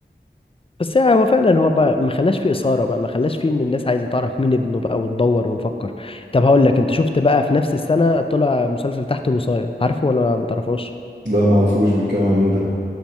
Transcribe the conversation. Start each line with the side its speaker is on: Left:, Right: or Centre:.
Left: بس يعني هو فعلا هو بقى ما خلاش فيه إثارة بقى ما خلاش فيه إن الناس عايزة تعرف مين ابنه بقى وتدور ونفكر طب هقول لك أنت شفت بقى في نفس السنة طلع مسلسل تحت الوصاية عارفه ولا ما تعرفوش
Right: لا ما اعرفوش بيتكلم عن ايه ده